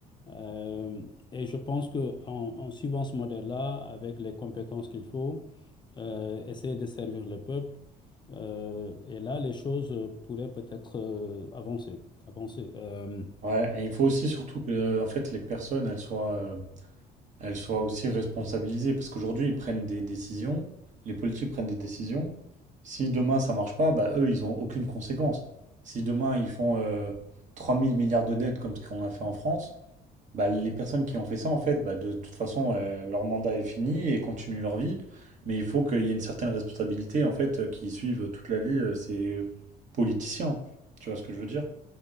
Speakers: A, on the left; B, on the right.
A: Euh, et je pense que en, en suivant ce modèle-là, avec les compétences qu'il faut, euh, essayer de servir le peuple, euh, et là, les choses euh, pourraient peut-être euh, avancer. Avancer. Euh,
B: Ouais, et il faut aussi surtout que en fait les personnes elles soient euh, elles soient aussi responsabilisées parce qu'aujourd'hui ils prennent des décisions, les politiques prennent des décisions. Si demain ça marche pas, bah eux ils ont aucune conséquence. Si demain ils font euh, 3000 milliards de dettes comme ce qu'on a fait en France, Bah, les personnes qui ont fait ça, en fait, bah, de toute façon, euh, leur mandat est fini et continuent leur vie. Mais il faut qu'il y ait une certaine responsabilité, en fait, euh, qui suivent toute la vie euh, ces politiciens. Tu vois ce que je veux dire?